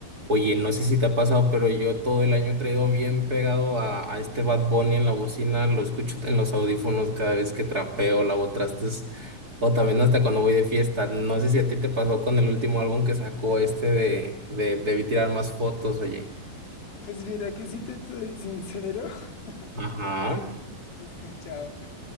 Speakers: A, on the right (about 30°); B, on the left (about 80°).
A: Oye, no sé si te ha pasado, pero yo todo el año he traído bien pegado a, a este Bad Bunny en la bocina, lo escucho en los audífonos cada vez que trapeo, lavo trastes, o también hasta cuando voy de fiesta. No sé si a ti te pasó con el último álbum que sacó este de, de Debí tirar más fotos, oye.
B: Pues mira que si te soy sincero, <laughs>
A: Ajá.
B: he escuchado.